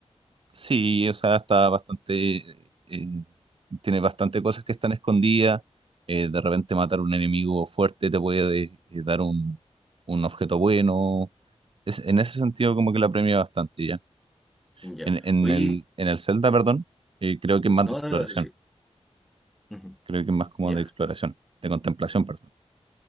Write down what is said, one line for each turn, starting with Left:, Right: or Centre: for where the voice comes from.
Right: Sí, o sea, está bastante, eh, tiene bastante cosas que están escondidas. eh, de repente matar un enemigo fuerte te puede eh, dar un, un objeto bueno. Es- en ese sentido, como que la premia bastante ya.
Centre: Ya,
Right: En, en
Centre: oye,
Right: el, en el Zelda, perdón, eh, creo que es más
Centre: no,
Right: de exploración.
Centre: sí. Ujú.
Right: Creo que es más como
Centre: Ya,
Right: de exploración, de contemplación, perdón.